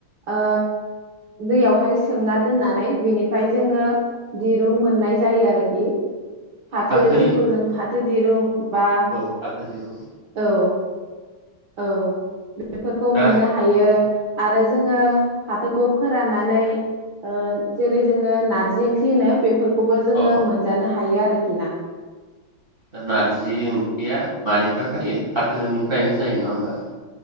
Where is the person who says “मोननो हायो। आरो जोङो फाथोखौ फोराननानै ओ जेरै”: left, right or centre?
Right